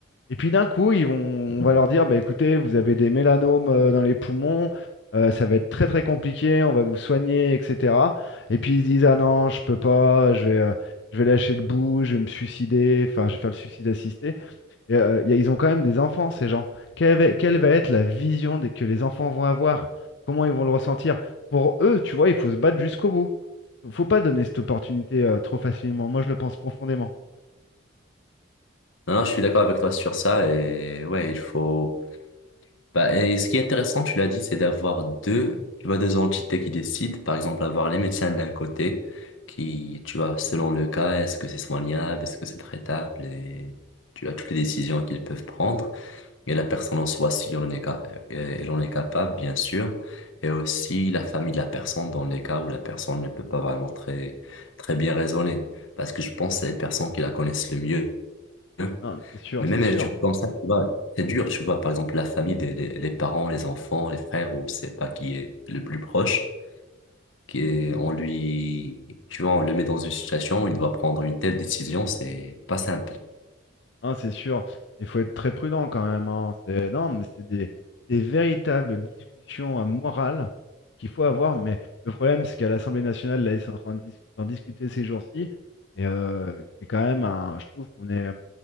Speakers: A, on the left; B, on the left.
A: Et puis d'un coup, ils vont, on
B: Mhm.
A: va leur dire, bah écoutez, vous avez des mélanomes euh, dans les poumons, euh, ça va être très très compliqué, on va vous soigner, etc. Et puis ils se disent, ah non, je peux pas, je vais, euh, je vais lâcher le bout, je vais me suicider, enfin, je vais faire le suicide assisté. Et, euh, y a- ils ont quand même des enfants, ces gens. Quelle va, quelle va être la vision des- que les enfants vont avoir? Comment ils vont le ressentir? Pour eux, tu vois, il faut se battre jusqu'au bout. Faut pas donner cette opportunité euh, trop facilement. Moi, je le pense profondément.
B: Non, non, je suis d'accord avec toi sur ça, et ouais, il faut... Bah, et ce qui est intéressant, tu l'as dit, c'est d'avoir deux, tu vois, deux entités qui décident. Par exemple, avoir les médecins d'un côté, qui, tu vois, selon le cas, est-ce que c'est soignable, est-ce que c'est traitable, et tu as toutes les décisions qu'ils peuvent prendre. Et la personne en soi, si on en est, ca- euh, elle en est capable, bien sûr. Et aussi la famille de la personne dans les cas où la personne ne peut pas vraiment très, très bien raisonner. Parce que je pense que c'est les personnes qui la connaissent le mieux
A: Non, c'est sûr,
B: mais
A: c'est
B: même,
A: sûr.
B: tu vois, comme ça, tu vois, c'est dur, tu vois, par exemple, la famille, des, des- les parents, les enfants, les frères, ou je sais pas qui est le plus proche, qui est, on lui, tu vois, on le met dans une situation où il doit prendre une telle décision, c'est pas simple.
A: Hein, c'est sûr. Il faut être très prudent quand même. hein. C'est, non, mais c'est des, des véritables discussions euh, morales qu'il faut avoir. Mais le problème, c'est qu'à l'Assemblée nationale, là, ils sont en train de dis- d'en discuter ces jours-ci. Et euh, c'est quand même un. Je trouve qu'on est.